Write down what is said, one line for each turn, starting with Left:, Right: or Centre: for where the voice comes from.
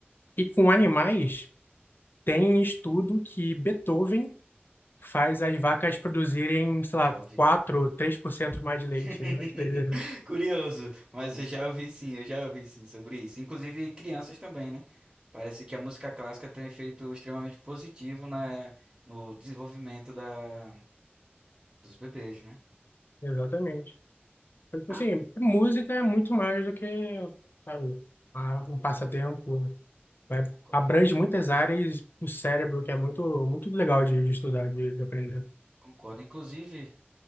Left: E com animais, tem estudo que Beethoven faz as vacas produzirem, sei
Right: Já
Left: lá,
Right: ouvi.
Left: quatro três por cento mais leite.
Right: <laughs>
Left: Olha que doideira.
Right: Curioso, mas eu já ouvi sim, eu já ouvi sim sobre isso. Inclusive crianças também, né? Parece que a música clássica tem um efeito extremamente positivo na, no desenvolvimento da, dos bebês, né?
Left: Exatamente. Então, tipo
Right: Ah,
Left: assim, música é muito mais do que, sabe, a- um passatempo. Vai-
Right: concordo,
Left: Abrange muitas áreas do cérebro, que é muito, muito legal de, de estudar, de, de aprender.
Right: concordo. Inclusive,